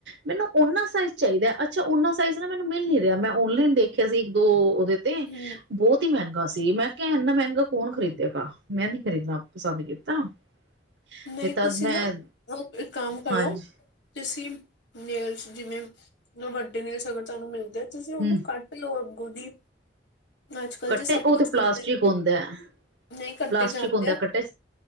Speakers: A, on the right; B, on the left.
A: ਮੈਨੂੰ ਉਹਨਾ ਸਾਈਜ਼ ਚਾਹੀਦਾ ਅ ਅੱਛਾ ਓਹਨਾ ਸਾਈਜ਼ ਨਾ ਮੈਨੂੰ ਮਿਲ ਨੀ ਰਿਹਾ, ਮੈਂ ਓਨਲਾਈਨ ਦੇਖਿਆ ਸੀ ਇੱਕ- ਦੋ ਉਹਦੇ ਤੇ
B: ਹੂੰ
A: ਬਹੁਤ ਹੀ ਮਹਿੰਗਾ ਸੀ, ਮੈਂ ਕਿਹਾ ਇੰਨਾ ਮਹਿੰਗਾ ਕੌਣ ਖਰੀਦੇਗਾ, ਮੈਂ ਨੀ ਖਰੀਦਣਾ ਪਸੰਦ ਕੀਤਾ। <inaudible>
B: ਨਹੀਂ
A: ਤਦ
B: ਤੁਸੀਂ
A: ਮੈਂ
B: ਨਾ, ਉਹ ਇੱਕ ਕੰਮ ਕਰੋ।
A: ਹਾਂਜੀ
B: ਤੁਸੀਂ, ਨੇਲਸ ਜਿਵੇਂ, ਵੱਡੇ ਨੇਲਸ ਅਗਰ ਤੁਹਾਨੂੰ ਮਿਲਦੇ ਆ, ਤੁਸੀਂ ਉਹਨੂੰ
A: ਹੂੰ
B: ਕੱਟ ਲਓ ਅੱਗੋਂ ਦੀ, ਅੱਜ ਕਲ
A: ਕੱਟੇ
B: ਜੇ ਸਭ
A: ਉਹ
B: ਕੁਛ
A: ਤੇ ਪਲਾਸਟਿਕ
B: ਆਉਦਾ
A: ਹੁੰਦਾ। ਹੈ।
B: ਨਹੀਂ ਕੱਟੇ
A: ਪਲਾਸਟਿਕ
B: ਜਾਂਦੇ
A: ਹੁੰਦਾ
B: ਆ,
A: ਕੱਟੇ